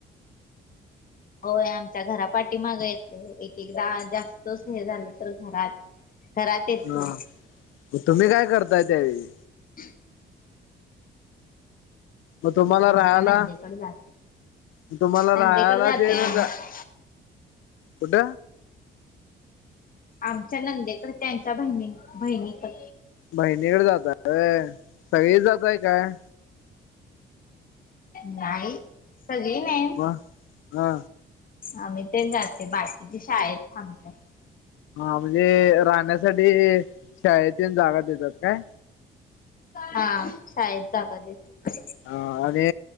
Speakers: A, on the left (about 45°); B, on the left (about 80°).
A: होय आमच्या घरा पाठी मागे येत एक एकदा जास्तच हे झालं तर घरात. घरात येत
B: हा.
A: नाही.
B: तुम्ही काय करताय त्यावेळी.
A: ह. <inaudible>
B: मग तुम्हाला
A: आमच्या
B: राहायला
A: नंदेकडे जाते
B: म तुम्हाला
A: नंदेकडे
B: राहायला
A: जाते
B: देन
A: आम्ही
B: जा. कुठ.
A: आमच्या नंदे तर त्यांच्या बहिणी बहिणी तर.
B: बहिणीकडे जाताय वोय सगळीच जातय काय.
A: नाही सगळी नाही.
B: मंग हा.
A: आम्ही ते जाते बाकीची शाळेत थांबतात.
B: हां म्हणजे राहण्यासाठी शाळेत तेन जागा देत्यात काय.
A: हा शाळेत जागा देतात.
B: अं... आणि